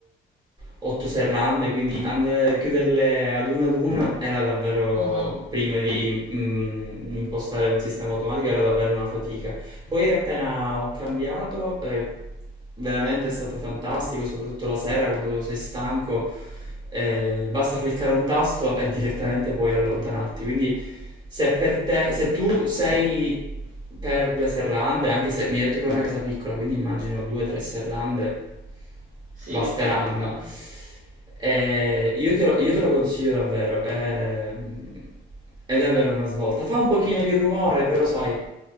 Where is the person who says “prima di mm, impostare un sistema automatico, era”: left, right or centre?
Right